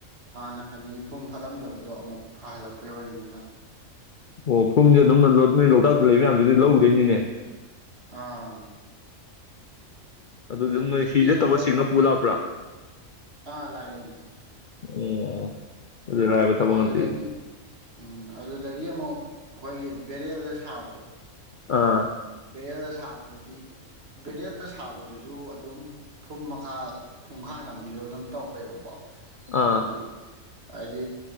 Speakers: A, on the right; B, on the left.
A: ꯍꯥꯟꯅꯒꯤ ꯐꯨꯝ ꯐꯠꯂꯝꯗꯕꯗꯣ ꯑꯃꯨꯛ ꯐꯍꯜꯂꯛꯄꯩ ꯑꯣꯏꯔꯤꯅꯤꯗ
B: ꯑꯣ ꯐꯨꯝꯁꯦ ꯑꯗꯨꯝ ꯅꯣꯏ ꯂꯣꯛꯇꯥꯛꯇ ꯂꯩꯕ ꯃꯌꯥꯝꯗꯨꯗꯤ ꯂꯧꯗꯣꯏꯅꯤꯅꯦ
A: ꯑꯥ
B: ꯑꯗꯨ ꯑꯗꯨꯝ
A: ꯑꯗꯨꯗꯒꯤ
B: ꯍꯤꯗꯠꯇꯕ
A: ꯑꯃꯨꯛ
B: ꯁꯤꯡꯅ ꯄꯨ ꯂꯥꯛꯄ꯭ꯔꯥ
A: ꯑꯥ ꯂꯥꯏꯅꯤ
B: ꯑꯦ ꯑ ꯑꯗꯨ ꯥꯏꯕꯠꯇꯕ
A: ꯑꯗꯨꯗꯒꯤ
B: ꯉꯟꯇꯦꯅꯤ
A: ꯎꯝ ꯑꯗꯨꯗꯒꯤ ꯑꯃꯨꯛ ꯑꯩꯈꯣꯏꯒꯤ ꯕꯦꯔꯦꯜꯗ ꯁꯥꯕꯗꯣ
B: ꯑꯥ
A: ꯕꯦꯔꯦꯜꯗ ꯁꯥꯕꯗꯨꯗꯤ ꯕꯦꯔꯦꯜꯗ ꯁꯥꯕꯗꯨꯁꯨ ꯑꯗꯨꯝ ꯐꯨꯝ ꯃꯈꯥ ꯐꯨꯡꯈꯥꯏ ꯅꯥꯝꯕꯤꯔꯒ ꯑꯗꯨꯝ ꯇꯧꯋꯦꯕꯀꯣ ꯍꯥꯏꯗꯤ
B: ꯑꯥ
A: ꯍꯥꯏꯗꯤ